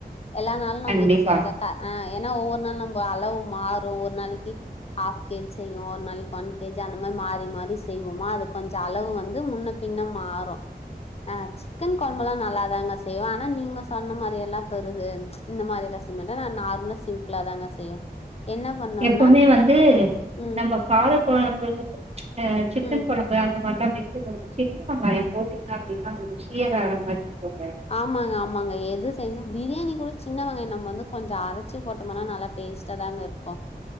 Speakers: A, on the left (about 40°); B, on the right (about 40°).
A: எல்லா நாளு நம்ம
B: கண்டிப்பா
A: இது செஞ்சாக்கா ஆ ஏன்னா ஒவ்வொரு நாளு நம்ப அளவு மாறும் ஒ நாளைக்கி ஆஃப் கே ஜி செய்யு ஒரு நாளைக்கு ஒன் கே ஜி அந்த மாதிரி மாறி மாறி செய்வோமா அது கொஞ்ச அளவு வந்து முன்னப் பின்ன மாறு ஆ சிக்கன் கொழம்பல்லா நல்லாதாங்க செய்வே ஆனா நீங்க சொன்ன மாரி எல்லா பெருசு இந்த மாரி எல்லா செய்மாட்ட நா நார்முலா ஸ் சிம்பிளா தாங்க செய்வே என்ன பண்ணுவேன்னா
B: எப்போமே வந்து
A: ம்.
B: நம்ப கார கொழம்பு அ சிக்கன்
A: ம்.
B: கொழம்பு அந்த மாரிலா வெக்கும்போதை சின்ன வெங்காயம் போட்டீங்க அப்டின்னா <unintelligible> ருசியே வேற மாதிரி <unintelligible>
A: ஆமாங்க ஆமாங்க எது செஞ்சா பிரியாணி கூட சின்ன வெங்காய நம்ம வந்து கொஞ்ச அரைச்சு போட்டோம்மன்னா நல்லார் டேஸ்ட்டா தாங்க இருக்கும்